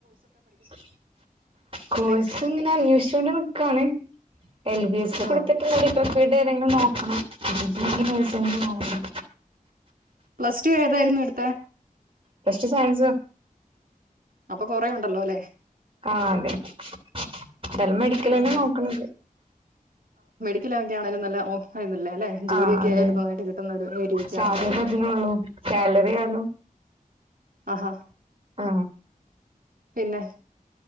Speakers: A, on the right; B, on the right.
A: ഉം കോഴ്സ്
B: എന്തെങ്കിലും
A: ഇങ്ങനെ അന്വേഷിച്ചോണ്ട് നിക്കാണ് എൽബിഎസ്
B: ആ
A: കൊടുത്തിട്ട് <unintelligible> ഇത്ര സ്പീഡ് <unintelligible> നോക്കണം കിട്ടിട്ടിലെ <unintelligible> പോണമെന്ന
B: പ്ലസ്ടു ഏതായിരുന്നു എടുത്തേ
A: പ്ലസ്ടു സയൻസ്
B: അപ്പം കുറെ ഉണ്ടല്ലോലേ
A: ആ അതെ എന്തായാലും മെഡിക്കല്
B: ആഹാ
A: തന്നെയാ നോക്കണത്
B: <unintelligible> ആണേലും നല്ല <unintelligible> ജോലിയൊക്കെ
A: ആ അതെ
B: ആയാലും നന്നായിട്ട് കിട്ടുന്ന ഒരു ഏരിയ ഒക്കെ
A: സാധ്യത
B: ആണല്ലോ
A: അതിനെ ഉള്ളു സാലറി ആയാലും
B: ആഹാ
A: ആ
B: പിന്നെ